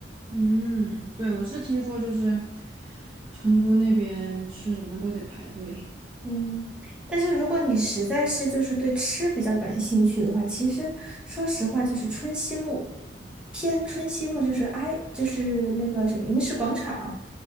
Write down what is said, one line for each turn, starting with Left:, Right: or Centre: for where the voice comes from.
Right: 嗯，对，我是听说就是成都那边吃什么都得排队，
Centre: 嗯，但是如果你实在是就是对吃比较感兴趣的话，其实说实话，就是春熙路偏春熙路，就是挨就是那个什么银石广场，